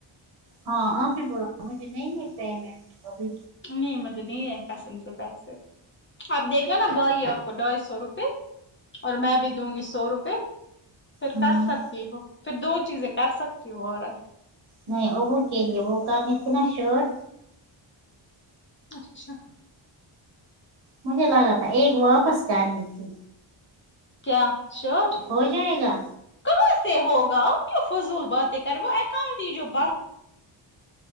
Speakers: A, on the right (about 55°); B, on the left (about 25°).
A: ہاں آپ نے بولا مجھے نہیں <unintelligible> ابھی
B: نہیں مجھے نہیں ہے کسم سے پیسے آپ دیکھ گا نا بائی کو ڈھائی سو روپے اور میں بھی دوں گی سو روپئے پھر
A: ہوں
B: کر سکتی ہو پھر دو چیزیں کر سکتی ہو آڈر
A: نہیں ابو کے لیے وہ کرنی تھی نا شرٹ
B: اچھا
A: مجھے لگا تھا ایک واپس کرنی تھی
B: کیا شرٹ
A: ہو جائے گا
B: کہاں سے ہوگا آپ کیوں فضول باتیں کرے وہ اکاؤنٹ ہی جو بند